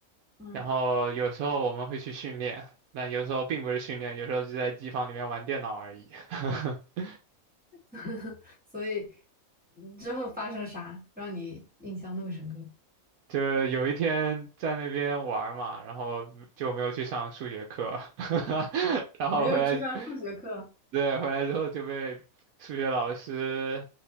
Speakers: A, in the centre; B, on the right.
A: 嗯，
B: 然后有时候我们会去训练，那有时候并不是训练，有时候就在机房里面玩电脑而已。<laughs>
A: <laughs> 所以之后发生啥让你印象那么深刻？
B: 就是有一天在那边玩儿嘛，然后就没有去上数学课，<laughs> 然后回来
A: 没有去上数学课。
B: 对，回来之后就被数学老师